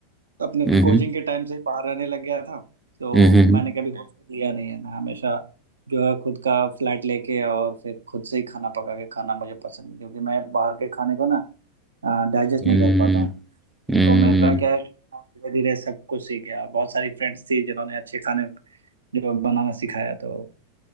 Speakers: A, on the right (about 70°); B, in the centre.
A: अपने
B: हम्म
A: कोचिंग के टाइम से ही बाहर रहने लग गया था तो
B: हम्म हम्म
A: मैंने कभी हम्म। हॉस्टल लिया नहीं है ना हमेशा जो है खुद का फ्लैट लेके और फिर खुद से ही खाना पका के खाना मुझे पसंद है क्योंकि मैं बाहर के खाने को ना डाइजेस्ट
B: हम्म,
A: नहीं कर पाता हूँ
B: हम्म,
A: तो मेरा क्या है धीरे धीरे सब कुछ सीख गया बहुत सारी फ्रेंड्स थी जिन्होंने अच्छे खाने जो बनाना सिखाया तो